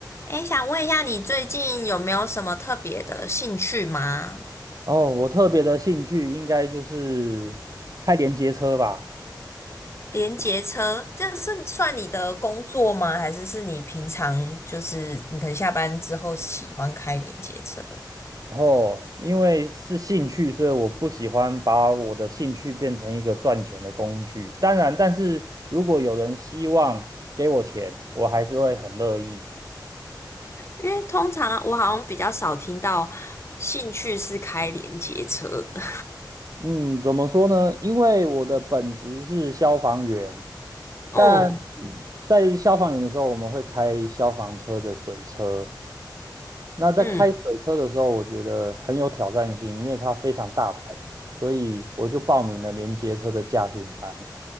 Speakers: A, on the left; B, on the right.
A: 哎，想问一下，你最近有没有什么特别的兴趣吗？
B: 哦，我特别的兴趣应该就是开连接车吧。
A: 连结车，这个是算你的工作吗？还是是你平常就是你可能下班之后喜欢开连结车的
B: 然后因为是兴趣，所以我不喜欢把我的兴趣变成一个赚钱的工具。当然，但是如果有人希望给我钱，我还是会很乐意。
A: 因为通常我好像比较少听到兴趣是开连接车的，
B: 嗯，怎么说呢？因为我的本职是消防员，
A: <laughs>
B: 但
A: 嗯
B: 在消防员的时候，我们会开消防车的水车。那在开水车的时候，
A: 嗯
B: 我觉得很有挑战性，因为它非常大台，所以我就报名了连接车的驾训班。